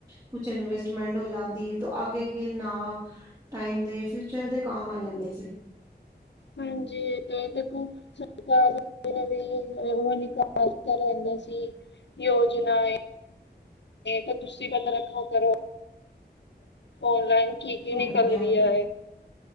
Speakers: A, on the right; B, on the left.
A: ਕੁਛ ਇਨਵਸਟ <unintelligible> ਹੋ ਜਾਂਦੀ, ਤੋ ਆਗੇ ਕੇ ਨਾ, ਟਾਈਮ ਦੇ ਫਿਊਚਰ ਦੇ ਕਾਮ ਆ ਜਾਂਦੇ ਸੀ।
B: ਹਾਂਜੀ, ਤੇ ਇਹ ਦੇ <unintelligible> <unintelligible> ਓਹੋ ਨਿਕਾਲਤਾ ਰਹਿੰਦੇ ਸੀ। ਯੋਜਨਾ ਏ, ਤਾਂ ਤੁਸੀਂ ਪਤਾ ਰੱਖਾ ਕਰੋ। ਔਨਲਾਈਨ ਕੀ-ਕੀ
A: ਹਾਂਜੀ
B: ਨਿਕਲ
A: ਹਾਂਜੀ
B: ਰੀਆ ਏ।